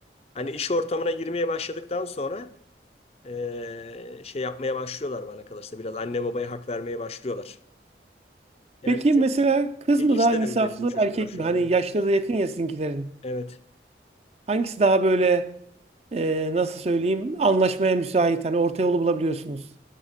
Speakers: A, on the left; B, on the right.
A: hani iş ortamına girmeye başladıktan sonra ee, şey yapmaya başlıyorlar bana kalırsa biraz anne babaya hak vermeye başlıyorlar. Yani
B: Peki
A: bizim
B: mesela kız
A: geçiş
B: mı daha
A: döneminde
B: insaflı
A: bizim çocuklar
B: erkek
A: şu
B: mi? Hani
A: anda.
B: yaşları da yakın ya sizinkilerin.
A: Evet.
B: Hangisi daha böyle e, nasıl söyleyeyim anlaşmaya müsait hani orta yolu bulabiliyorsunuz.